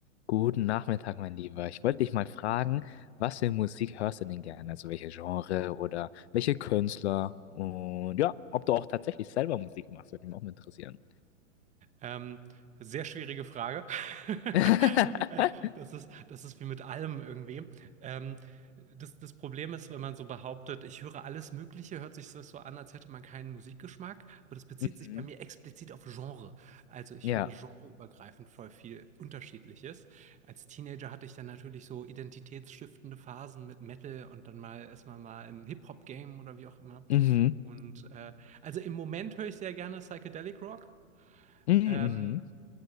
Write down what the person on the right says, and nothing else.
Ähm, sehr schwierige Frage. <laughs>
Äh, Das ist, das ist wie mit allem irgendwie. Ähm, das, das Problem ist, wenn man so behauptet, ich höre alles Mögliche, hört sich das so an, als hätte man keinen Musikgeschmack. Aber das bezieht
sich bei mir explizit auf Genre. Also ich
höre genreübergreifend voll viel Unterschiedliches. Als Teenager hatte ich dann natürlich so identitätsstiftende Phasen mit Metal und dann mal erstmal mal im Hip-Hop-Game oder wie auch immer.
Und äh, also im Moment höre ich sehr gerne Psychedelic Rock.
Ähm,